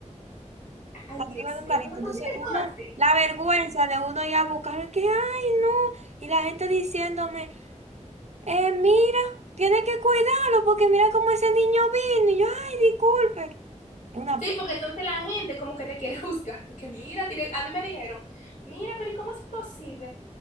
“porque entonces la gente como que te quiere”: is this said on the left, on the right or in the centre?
Left